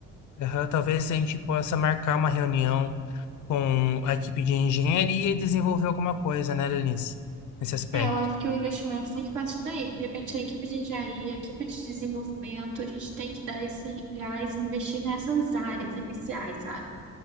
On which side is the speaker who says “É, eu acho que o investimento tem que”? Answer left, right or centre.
Right